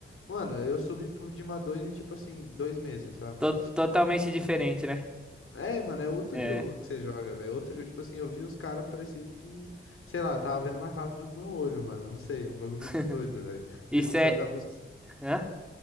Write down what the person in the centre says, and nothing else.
To- totalmente diferente, né?
É.
<laughs>
Isso
é.
Hã?